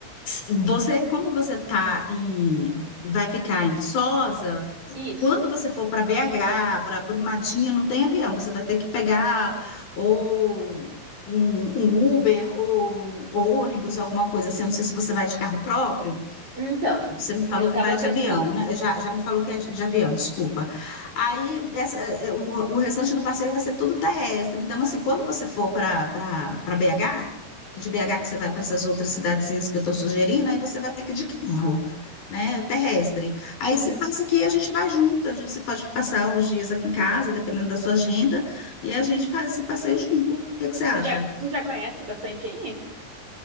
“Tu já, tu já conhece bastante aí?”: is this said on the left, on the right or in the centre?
Right